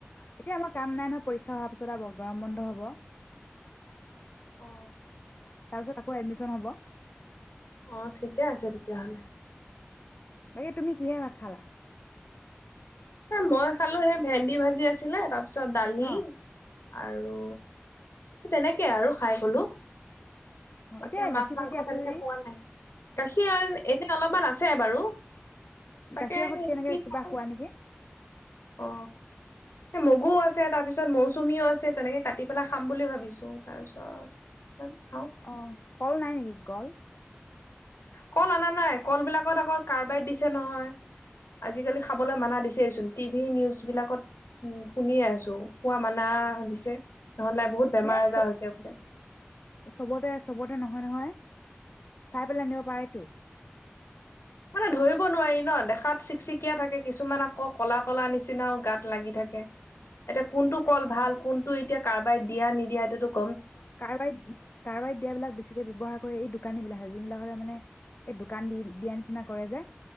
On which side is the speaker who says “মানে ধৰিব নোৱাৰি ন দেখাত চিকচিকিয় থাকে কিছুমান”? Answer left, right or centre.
Left